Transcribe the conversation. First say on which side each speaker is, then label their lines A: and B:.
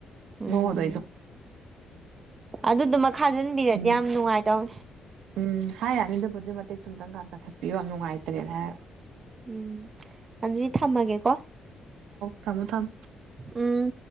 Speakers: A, on the right; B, on the right.
A: ꯎꯝ
B: ꯍꯉꯗ ꯑꯩꯗꯣ
A: ꯑꯗꯨꯗꯨꯃ ꯈꯥꯖꯤꯟꯕꯤꯔꯗꯤ
B: ꯎꯝ
A: ꯌꯥꯝ ꯅꯨꯡꯉꯥꯏꯇꯧꯅꯦ
B: ꯎꯝ ꯍꯥꯏ ꯌꯥꯅꯤꯗꯕꯨꯗꯤ ꯃꯇꯦꯛ ꯊꯨꯝꯇꯪꯀꯥꯟ ꯆꯪꯈꯠꯄꯤꯌꯨ ꯌꯥꯝ ꯅꯨꯡꯉꯥꯏꯇ꯭ꯔꯦꯅꯦ ꯍꯥꯏ
A: ꯎꯝ ꯑꯗꯨꯗꯤ ꯊꯝꯃꯒꯦꯀꯣ
B: ꯊꯃꯨ ꯊꯝ
A: ꯎꯝ